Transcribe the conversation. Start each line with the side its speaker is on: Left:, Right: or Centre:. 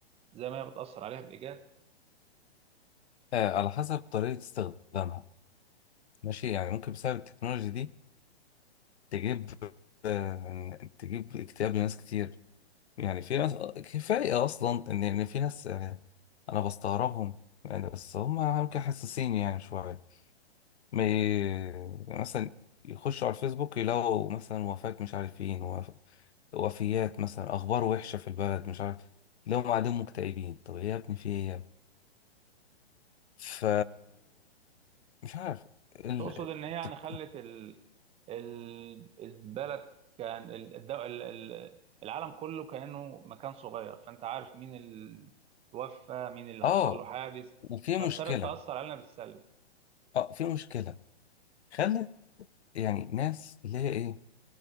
Right: زي ما هي بتأثر عليها بالإيجاب
Left: آه على حسب طريقة استخدامها ماشي يعني ممكن بسبب التكنولوجيا دي تجيب آه تجيب اكتئاب لناس كتير يعني في ناس آه، كفاية اصلا ان ان في ناس آه انا بستغربهم يعني بس هم يمكن حساسين يعني شوية ما ي- مثلا يخشوا على الفيسبوك يلاقوا مثلا وفاة مش عارفين وف... وفيات مثلا اخبار وحشه في البلد مش عارف لو هم قاعدين مكتئبين طب ايه يا ابني في ايه يا ابني؟ ف مش عارف ال...
Right: تقصد ان هي يعني
Left: تك...
Right: خلت ال... ال... البلد كان ال... الد- ال... ال- العالم كله كانه مكان صغير فانت عارف مين اللي توفى مين اللي
Left: اه
Right: حصل له حادث
Left: وفي
Right: فابتدت
Left: مشكلة
Right: تاثر علينا بالسلب
Left: اه في مشكلة خلت يعني ناس اللي هي ايه,